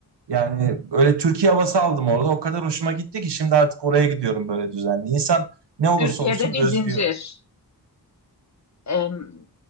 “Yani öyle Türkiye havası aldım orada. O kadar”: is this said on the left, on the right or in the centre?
Right